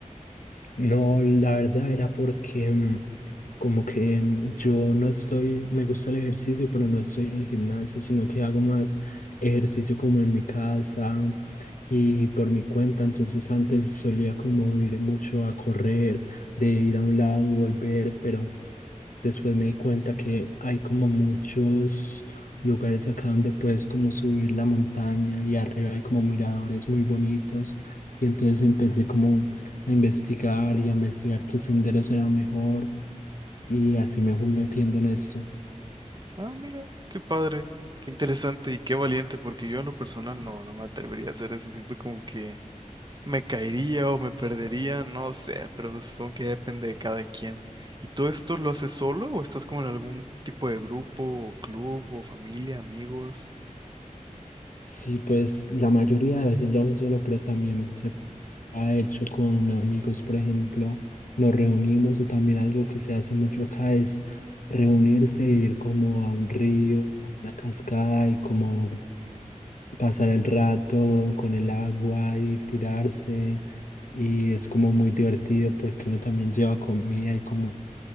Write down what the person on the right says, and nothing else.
Ah, mira, qué padre, qué interesante y qué valiente, porque yo en lo personal no, no me atrevería a hacer eso. Siento como que me caería o me perdería, no sé, pero pues supongo que ya depende de cada quien. ¿Y todo esto lo haces solo o estás como en algún tipo de grupo o club o familia, amigos?